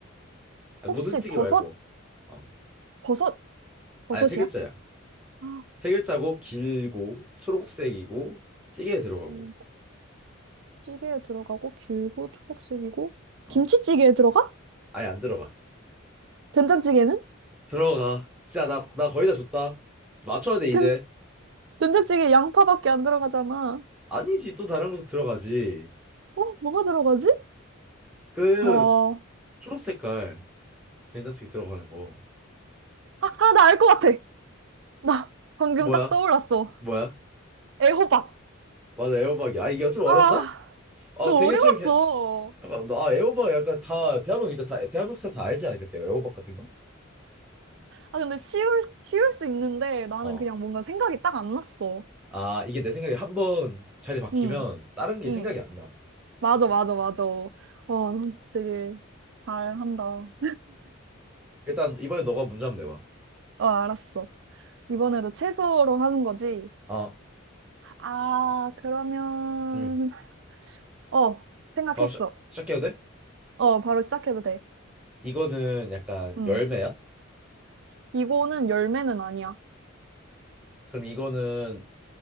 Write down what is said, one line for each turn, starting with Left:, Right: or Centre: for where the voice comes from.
Centre: 아,
Right: 혹시
Centre: 모든 찌개
Right: 버섯,
Centre: 말고. 어.
Right: 버섯, 버섯이야?
Centre: 아니, 세 글자야.
Right: 아,
Centre: 세 글자고, 길고, 초록색이고, 찌개에 들어가고.
Right: 진짜. 찌개에 들어가고 길고 초록색이고
Centre: 어.
Right: 김치찌개에 들어가?
Centre: 아니 안 들어가.
Right: 된장찌개는?
Centre: 들어가. 진짜 나, 나 거의 다 줬다. 맞춰야 돼 이제.
Right: 된, 된장찌개 양파밖에 안 들어가잖아.
Centre: 아니지 또 다른 곳으로 들어가지.
Right: 어, 뭐가 들어가지?
Centre: 그
Right: 어, 어,
Centre: 초록 색깔 된장찌개 들어가는 거.
Right: 아, 아, 나 알 것 같아. 나 방금
Centre: 뭐야?
Right: 딱 떠올랐어.
Centre: 뭐야?
Right: 애호박.
Centre: 맞아 애호박이. 아 이게 좀 어렵나?
Right: 아,
Centre: 아
Right: 너
Centre: 되게
Right: 어려웠어.
Centre: 좀 이렇게 약간 아 애호박 약간 다 대한민국 이제 다 대한민국 사람 다 알지 않을까? 요 애호박 같은 거?
Right: 아, 근데 쉬울, 쉬울 수 있는데 나는
Centre: 어.
Right: 그냥 뭔가 생각이 딱 안 났어.
Centre: 아 이게 내 생각에 한 번 자리 바뀌면
Right: 응,
Centre: 다른 게
Right: 응.
Centre: 생각이 안 나.
Right: 맞아, 맞아, 맞아. 와, 되게 잘한다.
Centre: 일단 이번에 너가 문제 한번 내봐.
Right: 어, 알았어. 이번에도 채소로 하는 거지?
Centre: 아,
Right: 아, 그러면,
Centre: 음.
Right: 어, 생각했어.
Centre: 바로 시작, 시작해도 돼?
Right: 어, 바로 시작해도 돼.
Centre: 이거는 약간
Right: 음
Centre: 열매야?
Right: 이거는 열매는 아니야.
Centre: 그럼 이거는